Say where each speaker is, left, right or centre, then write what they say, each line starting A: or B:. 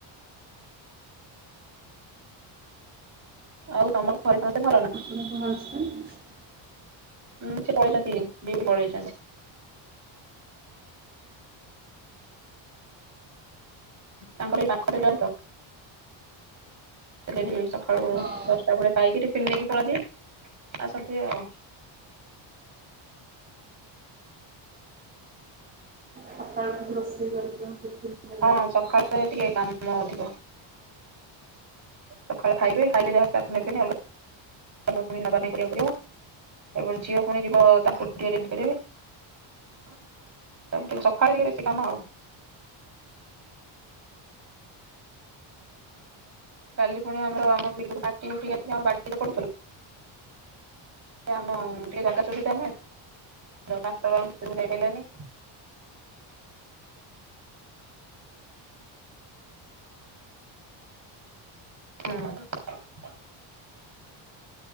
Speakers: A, on the right; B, on the right.
A: ଆଉ ତମର ଘରେ ସମସ୍ତେ ଭଲ ନା?
B: <unintelligible>
A: ଉଁ ସେ ପଳେଇଛନ୍ତି ଡିୟୁଟି ପଳେଇେଇଛନ୍ତି। ତାଙ୍କର ଏଇ ପାଖରେ ଯାଉ ତ ସେି ସକାଳୁ
B: ହଁ
A: ଦଶଟା ବେଳେ ଖାଇକି ଟିଫିନ୍ ନେଇକି ପଳାନ୍ତି ଆସନ୍ତି ଆଉ
B: ସକାଳୁ ଟିକ ରୋଷେଇ କରିଛ କି କି ଦେଲା
A: ହଁ
B: ବେଳକୁ
A: ସକାଳେ
B: କଷ୍ଟ ଲାଗୁିବ
A: ଟିକେ କାମ
B: ଆଉ।
A: ଅଧିକ ସକାଳେ ଖାଇବେି ଖାଇଲି ଯାହା ତାକୁ ନେବେନି ଅ ନବା କରିବାକୁ ପଡିବ ଏପଟ ଝିଅ ପୁଣି ଯିବ ତାକୁ ଟିକେ ରେଡି କରିବି ତାପରେ ଟିକେ ସକାଳେ ବେଶୀ କାମ ଆଉ। କାଲି ପୁଣି ଆମର ଆମିଲ ମାଟି ଉଠିକି ଆ ଆମଡିରେୁ ଆମ ଟିକେ ଜାଗା ସୁବିଧା ନହଁକ୍ ଯାଇାନି ହୁଁ